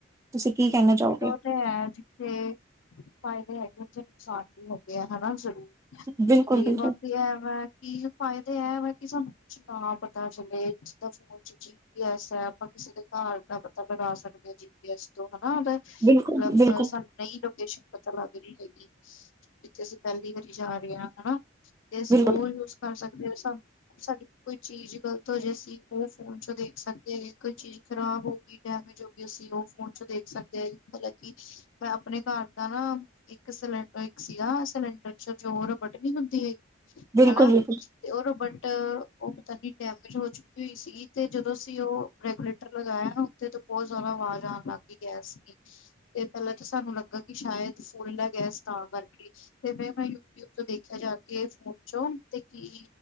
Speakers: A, on the right (about 15°); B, on the left (about 75°).
A: ਤੁਸੀਂ ਕੀ ਕਹਿਣਾ ਚਾਓਗੇ ਏ
B: ਏਹ ਤੇ ਹੈ ਜਿੱਥੇ ਫਾਇਦੇ ਹੈਗੇ ਉਥੇ ਨੁਕਸਾਨ ਵੀ ਹੈਗੇ ਆ ਹਨਾ ਜ਼ਰੂਰ।
A: ਬਿਲਕੁਲ
B: ਏ
A: ਬਿਲਕੁਲ
B: ਬਾਕੀ ਐ ਵਾ ਆ ਕੀ ਫਾਇਦੇ ਐ ਇਹ ਵਾ ਕਿ ਸਾਨੂੰ ਕੁਛ ਤਾਂ ਪਤਾ ਚਲੇ ਜਿੱਦਾਂ ਫੋਨ ਚ ਜੀ ਪੀ ਐਸ ਐ ਉਹ ਕਿਸੀ ਕੇ ਘਰ ਦਾ ਪਤਾ ਲਗਾ ਸਕਦੇ ਆਂ ਜੀ ਪੀ ਐਸ ਤੋਂ ਹਨਾ ਬ
A: ਬਿਲਕੁਲ
B: ਮਤਲਬ
A: ਬਿਲਕੁਲ
B: ਸਾ ਨਈ ਲੋਕੇਸ਼ਨ ਪਤਾ ਲੱਗ ਰਈ ਹੈਗੀ ਜਿੱਥੇ ਅਸੀਂ ਪੈਲੀ ਵਾਰੀ ਜਾ ਰਹੇ ਆ ਹਨਾ ਆ ਦੇਸੀਂ
A: ਬਿਲਕੁਲ
B: ਈ ਗੋਣ ਵਿਚ ਕਰ ਸਕਦੇ ਆ ਸਾਨੂੰ ਸਾਡੀ ਕੋਈ ਚੀਜ਼ ਗ਼ਲਤ ਹੋ ਜੇ ਅਸੀਂ ਉਹ ਫੋਨ ਚੋਂ ਦੇਖ ਸਕਦੇ ਹੈਗੇ ਏ ਕੋਈ ਚੀਜ਼ ਖ਼ਰਾਬ ਹੋ ਗੀ, ਡੈਮੇਜ ਹੋ ਗੀ ਅਸੀਂ ਉਹ ਫੋਨ ਚ ਦੇਖ ਸਕਦੇ ਆ ਮਲਬ ਕਿ ਈ ਮੈਂ ਘਰ ਦਾ ਨਾ ਆ ਇੱਕ ਸਿਲਡਰ ਇੱਕ ਸੀਗਾ ਸਿਲੰਡਰ ਚ ਜੋ ਰਬਡ ਨੀ ਹੁੰਦੀ ਹੈਗੀ
A: ਬਿਲਕੁਲ
B: ਹਨਾ ਆ
A: ਬਿਲਕੁਲ
B: ਤੇ ਉਹ ਰਬਟ ਉਹ ਪਤਾਨੀ ਡੈਮੇਜ ਹੋ ਚੁੱਕੀ ਸੀਗੀ ਤੇ ਜਦੋਂ ਸੀ ਉਹ ਰੈਗੂਲੇਟਰ ਲਗਾਇਆ ਨਾ ਉੱਤੇ ਬਹੁਤ ਆਵਾਜ਼ ਆਣ ਲੱਗ ਗੀ ਗੈਸ ਵਿਚ ਤੇ ਪੈਲਾਂ ਤਾਂ ਸਾਨੂੰ ਲੱਗਾ ਕਿ ਸ਼ਾਇਦ ਫੁੱਲ ਐ ਗੈਸ ਤਾਂ ਕਰਕੇਏ ਤੇ ਬਹਿ ਫਾਈ ਯੂਟਿਊਬ ਤੋਂ ਦੇਖਿਆ ਜਾ ਕੇ ਫੋਨ ਚੋਂ ਤੇ ਕੀ